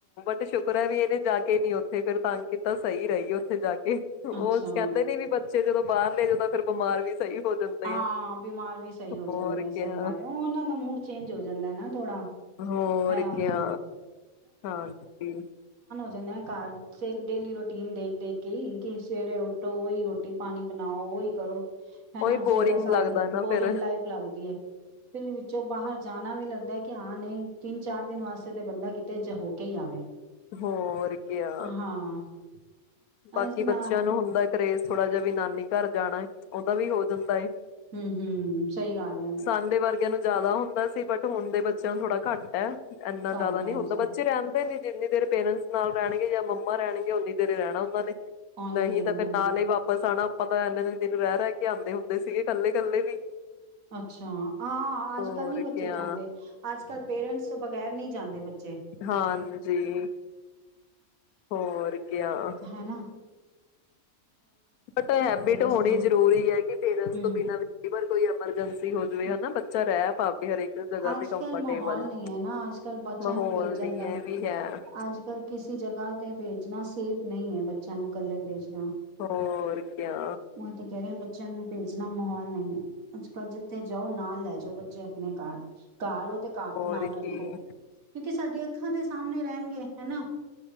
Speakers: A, on the left (about 85°); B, on the right (about 70°).
A: ਤੇ ਸ਼ੁਕਰ ਹੈ ਵੀ ਇਹਨੇ ਜਾ ਕੇ ਨੀ ਉੱਥੇ ਫਿਰਰ ਤੰਗ ਕੀਤਾ ਸਹੀ ਰਹੀ ਉੱਥੇ ਜਾ ਕੇ ਉਹ
B: ਅੱਛਾ
A: ਕਹਿੰਦੇ ਨੇੀ ਵੀ ਬੱਚੇ ਫਿਰ ਜਦੋਂ ਬਾਹਰਲੇਏ ਜਦੋਂ ਫਿਰ ਬਿਮਾਰ ਵੀ ਸਹੀ ਹੋ ਜਾਂਦੇ
B: ਹਾਂ
A: ਆ।
B: ਬਿਮਾਰ ਵੀ ਸਹੀ ਹੋ
A: ਹੋਰ
B: ਜਾਂਦੇ
A: ਕਿਆ
B: ਐ। ਸਹੀ ਗੱਲ ਐ, ਓਹਨਾਂ ਦਾ ਮੂਡ ਚੇਂਜ ਹੋ ਜ ਜਾਂਦਾ ਨਾ ਥੋੜਾ।
A: ਹੋਰ
B: ਇਹ ਹੁੰਦਾ
A: ਕਿਆ ਹਾਂਜੀ।
B: ਜਾਂਦੇਆ ਘਰ, ਸੇ-ਡੇਲੀ ਰੂਟੀਨ ਦੇਖ ਦੇਖ ਕੇ ਈ, ਕਿ ਸਵੇਰੇ ਉੱਠੋ ਓ ਈ ਰੋਟੀ ਪਾਣੀ ਬਣਾਓ, ਓ ਈ ਕਰੋ। ਹਨਾ
A: ਉਹੀ ਬੋਰਿੰਗ
B: ਸੇਰਾ ਸਾਰਾ
A: ਲੱਗਦਾ
B: ਦੀ
A: ਨਾ
B: ਬੋਰਿੰਗ
A: ਫੇਰ
B: ਲਾਈਫ ਲੱਗਦੀ ਏ। ਫਿਰ ਵੀ ਵਿੱਚੋਂ ਬਾਹਰ ਜਾਣਾ ਵੀ ਲੱਗਦਾ ਐ, ਕਿ ਹਾਂ ਨਹੀਂ ਤਿੰਨ ਚਾਰ ਦਿਨ ਵਾਸਤੇ ਤੇ ਬੰਦਾ ਕਿਤੇ ਜ ਹੋ ਕੇ ਈ ਆਵੇ।
A: ਹੋਰ ਕਿਆ।
B: ਹਾਂ
A: ਬਾਕੀ
B: ਇਸ ਨਾ
A: ਬੱਚਿਆਂ ਨੂੰ ਹੁੰਦਾ ਐ ਕਰੇਜ਼ ਥੋੜਾ ਜਿਹਾ ਵੀ ਨਾਨੀ ਘਰ ਜਾਣਾ ਏ, ਉਹਦਾ ਵੀ ਹੋ ਜਾਂਦਾ ਐ।
B: ਹਮ ਹਮ ਸਹੀ ਗੱਲ ਐ।
A: ਸਾਡੇ ਵਰਗਿਆਂ ਨੂੰ ਜ਼ਿਆਦਾ ਹੁੰਦਾ ਸੀ, ਬਟ ਹੁਣ ਦੇ ਬੱਚਿਆਂ ਨੂੰ ਥੋੜਾ ਘੱਟ ਐ। ਇੰਨਾ
B: ਘੱਟ
A: ਜ਼ਿਆਦਾ ਨੀ
B: ਹੈ
A: ਹੁੰਦਾ।
B: ਐਸਾ
A: ਬੱਚੇ ਰਹਿੰਦੇ ਨੀ ਜਿੰਨੀ ਦੇਰ ਪੇਰੈਂਟਸ ਨਾਲ ਰਹਿਣਗੇ ਜਾਂ ਮੰਮਾ ਰਹਿਣਗੇ, ਉਨੀ ਦੇਰ ਈ ਰਹਿਣਾ ਹ ਨਾ ਨੇ
B: ਔ ਨੀ
A: ਨਹੀਂ
B: ਦੇ
A: ਤਾਂ
B: ਰਿਹਾ
A: ਫੇਰ
B: ਮੈਂ
A: ਨਾਲੇ ਈ ਵਾਪਸ ਆਣਾ ਆਪਾਂ ਤਾਂ ਇਨੇ ਦਿਨ-ਦਿਨ ਰਹਿ ਰਹਿ ਕੇ ਆਂਦੇ ਹੁੰਦੇ ਸੀਗੇ, ਕੱਲੇ ਕੱਲੇ ਵੀ।
B: ਅੱਛਾ। ਆਂ, ਅੱਜ
A: ਹੋਰ
B: ਕੱਲ ਨੀ ਬੱਚੇ
A: ਕਿਆ
B: ਜਾਂਦੇ। ਅੱਜ ਕੱਲ ਪੇਰੈਂਟਸ ਤੋ ਬਗੇ ਕਹਿਰ ਨਹੀਂ ਜਾਂਦੇ ਬੱਚ
A: ਹਾਂਜੀ, ਹੋਰ ਕਿਆ
B: ਹੈਨਾ।
A: ਬਟ ਹੈਬਿਟ
B: ਦੱਸਣਾ
A: ਹੋਣੀ ਜ਼ਰੂਰੀ ਐ, ਕਿ ਪੇਰੇਂਸ
B: ਹੂੰ
A: ਤੋਂ ਬਿਨਾ ਵੀ ਕਈ ਵਾਰ ਕੋਈ ਐਮਰਜੈਂਸੀ ਹੋਜ ਵੇ ਹਨਾ। ਬੱਚਾ ਰਹਿ ਪਾਵੇ ਹਰੇਕ ਜਗ੍ਹਾ
B: ਅੱਜ
A: ਤੇ ਕੰਫਰਟੇਬਲ।
B: ਕੱਲ ਮਾਹੌਲ ਨਹੀਂ ਹੈ ਨਾ ਅੱਜ ਕੱਲ ਬੱਚਿਆਂ
A: ਮਾਹੌਲ
B: ਨੂੰ ਭੇਜਣ
A: ਨੀ
B: ਦਾ
A: ਐ ਵੀ ਹੈ।
B: ਅੱਜ ਕੱਲ ਕਿਸੇ ਜਗ੍ਹਾ ਤੇ ਭੇਜਣਾ ਸੇਫ ਨਹੀਂ ਏ, ਬੱਚਿਆਂ ਨੂੰ ਕੱਲੇ ਭੇਜਣਾ।
A: ਹੋਰ ਕਿਆ
B: ਓਹੀ ਤੇ ਕਹਿ ਰਿਹੇ ਬੱਚਿਆਂ ਨੂੰ ਭੇਜਣਾ ਮਾਹੌਲ ਨਹੀਂ ਐ। ਅੱਜ ਕੱਲ੍ਹ ਜਿੱਥੇ ਜਾਓ ਨਾਲ ਲੈ ਜੋ ਬੱਚੇ ਆਪਣੇ ਘਰ ਘਰ ਓ ਤੇ ਘਰ
A: ਹੋਰ
B: ਨਾਲ
A: ਕੀ
B: ਰੱਖੋ। ਕਿਉਂਕਿ ਸਾਡੇ ਅ ਅੱਖਾਂ ਦੇ ਸਾਮਣੇ ਰਹਿਣਗੇ, ਹੈਨਾ।